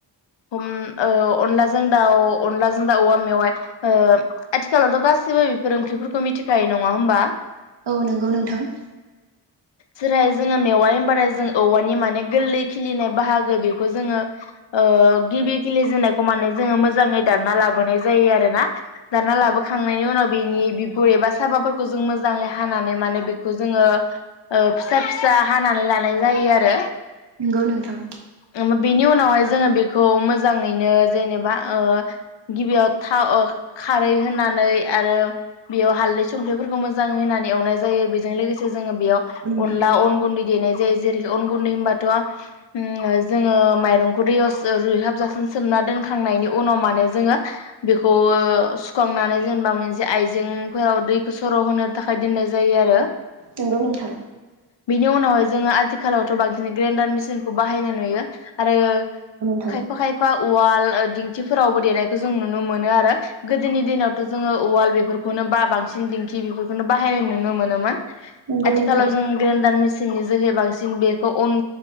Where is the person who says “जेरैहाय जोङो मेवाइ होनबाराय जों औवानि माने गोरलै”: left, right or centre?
Left